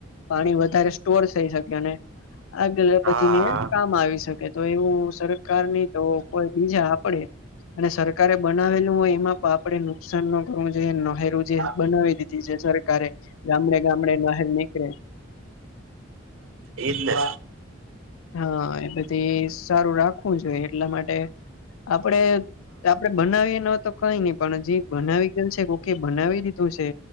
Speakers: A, on the left; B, on the right.
A: પાણી વધારે સ્ટોર થઈ શકે અને આગળ પધીને
B: હા
A: કામ આવી શકે. તો એવું સરકારની તો કોઈ બીજા આપણે અને સરકારે બનાવેલું હોય, એમાં તો આપણે નુકસાન ન કરવું જોઈએ. નહેરું જે
B: હા એજ
A: બનાવી દીધી છે સરકારે ગામડે ગામડે નહેર નીકળે.
B: એ જ ને.
A: હા, એ બધી સારું રાખવું જોઈએ. એટલા માટે આપડે આપણે બનાવીએ ન તો કઈ નહી, પણ જે બનાવી ગયલ છે. કોકે બનાવી દીધું છે.